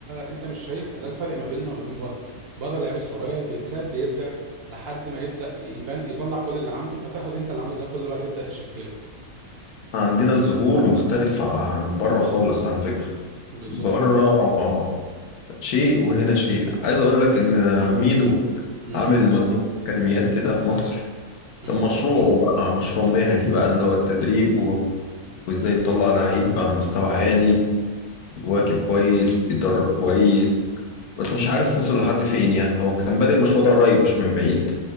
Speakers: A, on the right; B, on the left.
A: انت مش شايفها ده الفرق ما بيننا وما بين بره بره اللعيب الصغير بيتساب بيبدع لحد ما يبدأ يبان يطلع كل اللي عنده فتاخد انت اللي عنده ده كله بقى تبدأ تشكله
B: عندنا الظهور مختلف عن بره خالص على فكرة
A: بالظبط
B: بره آه. شيء وهنا شيء عايز اقول لك ان ميدو
A: امم
B: عامل مجموعة اكاديميات كده في مصر
A: امم
B: كان مشروعه بقى مشروع مهني بقى اللي هو التدريب و... وازاي يطلع لعيب على مستوى عالي واكل كويس بيتدرب كويس بس مش عارف وصل لحد فين يعني هو كان بادئ المشروع ده قريب مش من بعيد